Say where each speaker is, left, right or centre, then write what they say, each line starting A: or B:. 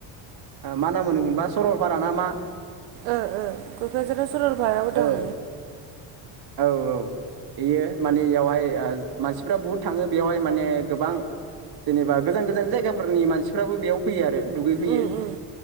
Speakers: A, on the right; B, on the right.
A: मा नाम होनो मोनबा सरलपारा ना मा
B: ओ ओ क'क्राझाराव सरलपाराबो दं
A: ओ औ औ बेयो माने एयावहाय मानसिफ्रा बुहुद थाङो बेयावहाय माने गोबां जेनेबा गोजान गोजान जायगाफोरनि मानसिफ्राबो बेयाव फैयो आरो दुगैफैयो
B: उम उम